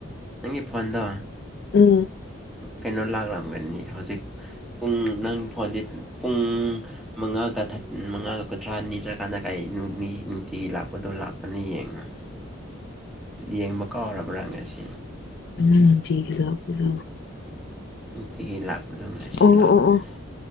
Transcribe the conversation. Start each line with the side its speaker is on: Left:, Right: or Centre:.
Centre: ꯅꯪꯒꯤ ꯐꯣꯟꯗꯣ
Left: ꯎꯝ
Centre: ꯀꯩꯅꯣ ꯂꯥꯛꯂꯝꯝꯒꯅꯤ ꯍꯧꯖꯤꯛ ꯄꯨꯡ ꯅꯪ ꯐꯣꯟꯗꯤ ꯄꯨꯡ ꯃꯉꯥꯒ ꯃꯉꯥꯒ ꯀꯨꯟꯊ꯭ꯔꯥꯅꯤ ꯆꯠꯀꯥꯟꯗ ꯀꯥꯏ ꯅꯨꯡꯇꯤꯒꯤ ꯂꯥꯛꯄꯗꯣ ꯂꯥꯛꯄꯅ ꯌꯦꯡꯉꯨ ꯌꯦꯡꯕ ꯀꯥꯎꯔꯕ꯭ꯔꯥ ꯉ ꯑꯁꯤ
Left: ꯑ ꯊꯒ ꯂꯣ
Centre: ꯑꯤꯗꯒꯤ ꯂꯥꯛꯄꯗꯧꯅꯦ ꯁꯤ
Left: ꯑꯣ
Centre: ꯂꯥꯛꯄꯗꯨꯅꯤ
Left: ꯑꯣ ꯑꯣ